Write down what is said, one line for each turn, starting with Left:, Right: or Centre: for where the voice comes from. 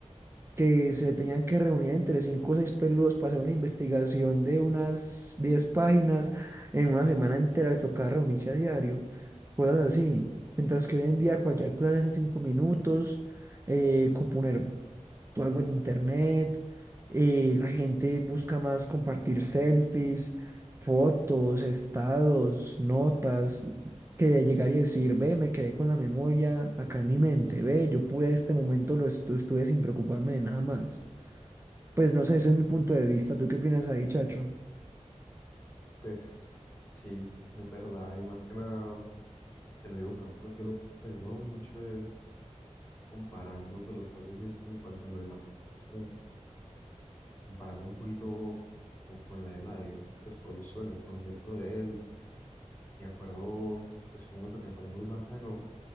Right: que se tenían que reunir entre cinco o seis peludos para hacer una investigación de unas 10 páginas en una semana entera, les tocaba reunirse a diario, cosas así. Mientras que hoy en día cualquier cosa se hace en cinco minutos, eh, componer tú algo en internet, eh, la gente busca más compartir selfies, fotos, estados, notas, que de llegar y decir, ve, me quedé con la memoria acá en mi mente, ve, yo pude este momento, lo estu- estuve sin preocuparme de nada más. Pues no sé, ese es mi punto de vista. ¿Tú qué opinas ahí, Chacho?
Left: Pues sí, es verdad. Y más que nada, te lo digo, por ejemplo, yo lo, pues yo lo hago mucho es comparando, pues lo que vos decís en cuanto a lo de la memoria, comparando un poquito como con lo de Eladio. Pues cuando yo estuve en el concierto de él, Me acuerdo, pues un momento que me pareció muy bacano